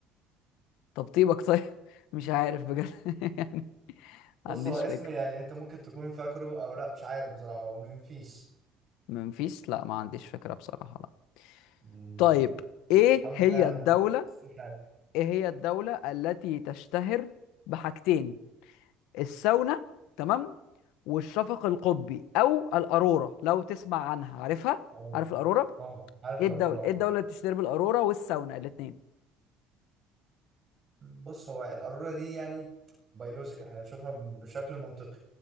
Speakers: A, on the left; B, on the right.
A: طب طيبك طيب <laughs> مش عارف بجد <laughs> يعني
B: بص
A: ما عنديش
B: هو اسم
A: فكرة
B: يعني انت ممكن تكون فاكره او لا مش عارف بصراحة هو منفيس
A: منفيس لا ما عنديش فكرة بصراحة لا
B: مم.
A: طيب ايه
B: الحمد
A: هي
B: لله
A: الدولة
B: استيكات
A: ايه هي الدولة التي تشتهر بحاجتين الساونا تمام والشفق القطبي او الأرورا لو تسمع عنها عارفها
B: اه
A: عارف الأرورا
B: آه، عارف
A: ايه
B: الأرورا
A: الدولة
B: اه
A: ايه الدولة اللي بتشتهر بالأرورا والساونا الاتنين
B: بص هو القارورة دي يعني بيولوجيك احنا بنشوفها بشكل منطقي